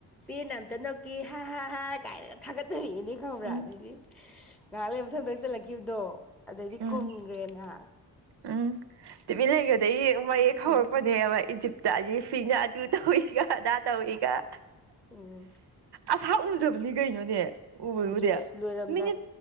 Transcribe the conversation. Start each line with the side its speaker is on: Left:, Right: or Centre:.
Centre: ꯄꯦꯟꯅ ꯑꯝꯇ ꯅꯣꯛꯀꯤ ꯍꯥ ꯍꯥ ꯍꯥ ꯀꯥꯏꯅꯒ ꯊꯥꯒꯠꯅꯔꯤꯛꯏ ꯈꯪꯕ꯭ꯔꯥ
Right: ꯎꯝ
Centre: ꯑꯗꯩꯗꯤ ꯉꯥꯏꯍꯥꯛ ꯂꯩ ꯃ ꯃꯇꯝꯗ ꯆꯠꯂꯛꯈꯤꯕꯗꯣ ꯑꯗꯩꯗꯤ
Right: ꯎꯝ
Centre: ꯀꯨꯝꯈ꯭ꯔꯦꯅ
Right: ꯎꯝ ꯇꯤꯕꯤ ꯂꯩꯒꯗ ꯃꯌꯦꯛ ꯍꯧꯔꯛꯄꯅꯦꯕ
Centre: ꯎꯝ
Right: ꯏꯖꯤꯞ ꯆꯥꯖꯤ ꯐꯤꯅ ꯇꯨ ꯇ ꯍꯏꯒ ꯑꯗꯥ ꯇ ꯑꯣꯏꯏꯒ
Centre: ꯎꯝ
Right: ꯑꯁꯥ ꯎꯖꯕꯅꯤ ꯀꯩꯅꯣꯅꯦ ꯎꯕꯕꯨꯗ
Centre: ꯎꯗ꯭ꯔꯦ ꯑꯁ ꯂꯣꯏꯔꯝꯗꯥꯏ
Right: ꯃꯤꯅꯤ